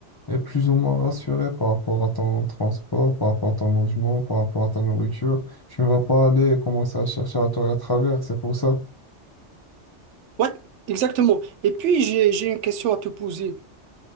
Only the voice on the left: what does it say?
es plus ou moins rassuré par rapport à ton transport, par rapport à ton logement, par rapport à ta nourriture. Tu ne vas pas aller commencer à chercher à toi à travers, c'est pour ça.